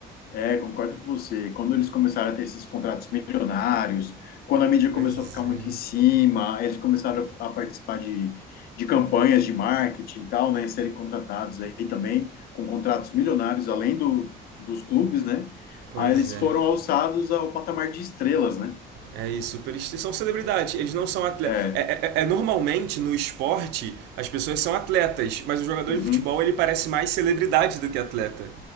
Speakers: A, on the left; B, on the right.
A: É, concordo com você. Quando eles começaram a ter esses contratos milionários, quando a mídia começou
B: Pois
A: a ficar
B: é.
A: muito em cima, eles começaram a participar de, de campanhas de marketing e tal, né? Serem contratados aí também com contratos milionários, além do, dos clubes, né?
B: Pois
A: Aí eles
B: é.
A: foram alçados ao patamar de estrelas, né?
B: É isso, eles são celebridades, eles não são atletas.
A: É,
B: É, é, é, é normalmente no esporte as pessoas são atletas, mas o jogador
A: uhum,
B: de futebol ele parece mais celebridade do que atleta.